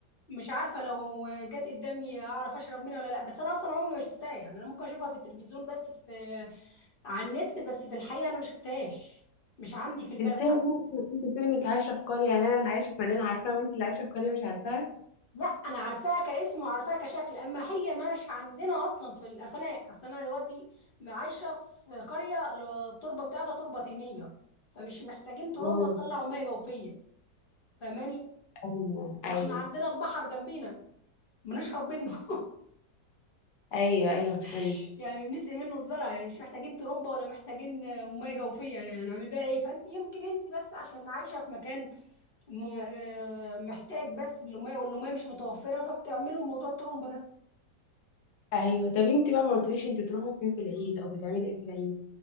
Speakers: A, on the left (about 50°); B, on the left (about 85°).
A: مش عارفه لو جت قدامي اعرف اشرب منها ولا لا بس انا اصلا عمري ما شفتها يعني انا ممكن اشوفها في التلفزيون بس في على النت بس في الحقيقه انا ما شفتهاش مش عندي في البلد
B: ازاي ممكن انت تلمك عايشه في قريه يعني انا اللي عايشه في مدينه عارفاها وانت اللي عايشه في قريه مش عارفاها
A: لا انا عارفاه كاسم وعارفاه كشكل اما هي مش عندنا اصلا في ال- اصل انا اصل انا دلوقتي عايشه في قريه التربه بتاعتها تربه طينيه فمش محتاجين ترمبه
B: مم.
A: تطلع ميه جوفيه فاهماني
B: ايوه
A: ما
B: ايوه
A: احنا عندنا البحر جنبينا بنشرب منه
B: ايوه ايوه فهمت
A: <laughs> يعني بنسقي منه الزرع يعني مش محتاجين ترمبه ولا محتاجين آه، ميه جوفيه يعني هنعمل بيها ايه فانت يمكن انت بس عشان عايشه في مكان م- آه، محتاج بس الميه والميه مش متوفره فبتعملوا موضوع الترمبه ده
B: ايوه طب انت بقى ما قلتليش انت بتروحوا فين في العيد او بتعملي ايه في العيد